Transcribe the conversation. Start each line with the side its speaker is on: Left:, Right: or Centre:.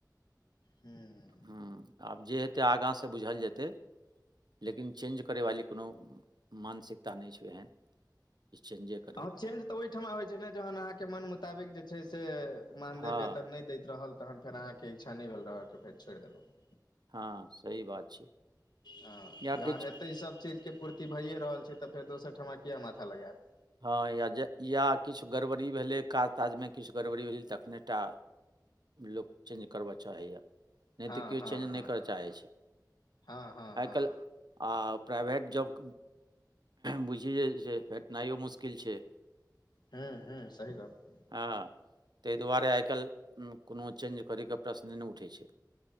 Left: हूंम्म
Right: ह्मँ आब जे हेतै आगाँ से बुझल जेतै लेकिन चेंज करय वाली कोनो मानसिकता नहि छै एहन की चेंजे करू
Left: हँ चेंज तऽ ओहिठमा होइ छै ने जहन अहाँके मन मुताबिक जे छै से मानदे
Right: हँ
Left: देत तऽ नहि दैत रहल तहन फेर अहाँके इच्छा नहि भेल रहके फेर छोड़ि देलहुँ
Right: हँ सही बात छै
Left: हँ
Right: या
Left: जहन
Right: किछु
Left: एतै ई सभचीजके पूर्ति भइए रहल छै तऽ फेर दोसर ठमा किये माथा लगायब
Right: हँ या जे या किछु गड़बड़ी भेलै काज ताजमे किछु गड़बड़ी भेलै तखने टा लोक चेंज करबय चाहैए नहि
Left: हँ
Right: तऽ केओ
Left: हँ
Right: चेंज
Left: हँ
Right: नहि करय चाहै छै
Left: हँ हँ हँ
Right: आइ काल्हि आओ प्राइभेट जॉब बुझि जे सेे ओनाहियो मुश्किल छै
Left: हँ हँ सही गप्प
Right: हँ ताहि दुआरे आइ काल्हि कोनो चेंज करैके प्रश्ने नहि उठै छै